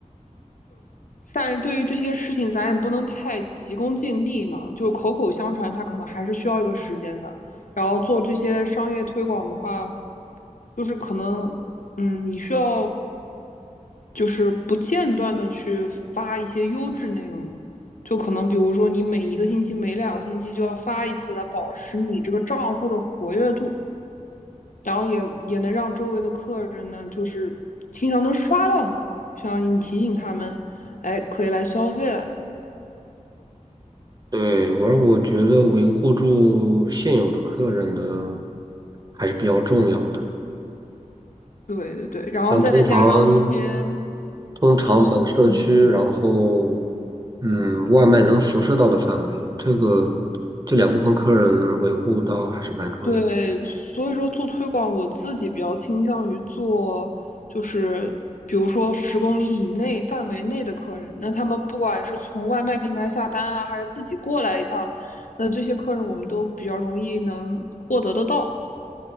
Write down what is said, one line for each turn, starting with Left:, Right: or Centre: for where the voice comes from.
Left: 但是对于这些事情，咱也不能太急功近利嘛。就口口相传，它可能还是需要一个时间的。然后做这些商业推广的话，就是可能，嗯，你需要就是不间断的去发一些优质内容。就可能比如说，你每一个星期、每两个星期就要发一次，来保持你这个账户的活跃度，然后也也能让周围的客人呢，就是经常能刷到你，相当于你提醒他们，哎，可以来消费了。
Right: 对，而我觉得维护住现有的客人的还是比较重要的。
Left: 对对对，然后再加上一些，
Right: 像通常通常本社区，
Left: 呃，其嗯，
Right: 然后嗯，外卖能辐射到的范围，这个这两部分客人能维护到还是蛮重要的
Left: 对，所以说做推广，我自己比较倾向于做，就是比如说十公里以内范围内的客人，那他们不管是从外卖平台下单啊，还是自己过来一趟，那这些客人我们都比较容易能获得得到，